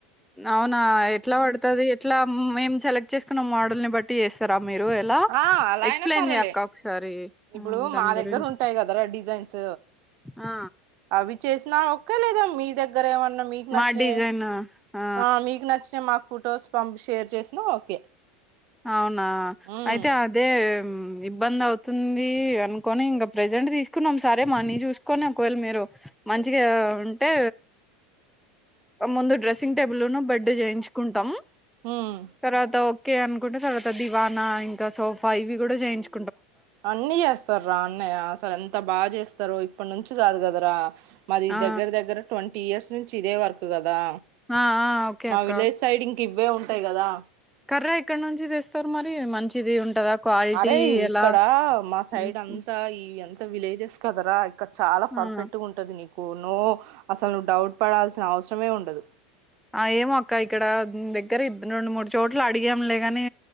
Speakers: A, in the centre; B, on the right.
A: అవునా ఎట్లా పడుతది ఎట్లా మేము సెలెక్ట్ చేసుకున్నాం మోడల్ని బట్టి టీ చేస్తారా మీరు ఎలా
B: ఆ అలా
A: ఎక్స్ప్లెయిన్
B: అయినా పర్లే
A: చెయ్ అక్క ఒకసారి
B: ఇప్పుడు
A: ఆ దాని
B: మా
A: గురించి
B: దగ్గర ఉంటాయి కదరా డిజైన్స్
A: ఆ
B: అవి చేసినా లేదా మీ దగ్గర ఏమన్నా మీకు నచ్చినయి
A: మా డిజైన్ ఆ
B: ఆ మీకు నచ్చ తే మాకు ఫొటోస్ పంప్ షేర్ చేసిన ఓకే
A: అవునా
B: ఉమ్
A: అయితే అదే ఉమ్ ఇబ్బంది అవుతుంది అనుకొని ఇంకా ప్రజెంట్ తీసుకున్నాం సరే మనీ చూసుకొని ఒకవళ మీరు మంచిగా ఉంటే ముందు డ్రెస్సింగ్ టేబుల్ ను బెడ్డు చేయించుకుంటాము
B: ఉమ్
A: తర్వాత ఓకే అనుకుంటే తర్వాత దివానా ఇంకా సోఫా ఇవి కూడా చేయించు
B: అన్ని చేస్తారు రా అన్నయ్య అసలు ఎంత బాగా చేస్త ఇస్తారు ఇప్పటి నుంచి కాదు కదరా మాది
A: ఆ
B: దగ్గర దగ్గర ట్వంటీ ఇయర్స్ నుంచి ఇదే వరకు కదా
A: ఆ ఆ ఓకే
B: మా
A: అక్క
B: విలేజ్ సైడింగ్ ఇవ్వే ఉంటాయి కదా
A: కర్ర ఇక్కడ నుంచి తెస్తారు మరి మంచిది ఉంటదా క్వాలిటీ
B: అరే
A: ఎలా
B: ఇక్కడ మా సైడ్
A: హ్మ్.
B: అంతా ఈ ఎంత విలేజెస్ కదరా ఇక్క చాల
A: ఆ
B: పర్ఫెక్ట్ గా ఉంటుది నీకు కొను అసల నవ్వు డౌట్ పడాల్సిన అవసరం సమయము ఉండదు
A: ఆ ఏమో అక్క ఇక్కడ దగ్గర రెండు మూడు చోట్లు అడిగాంలేగాని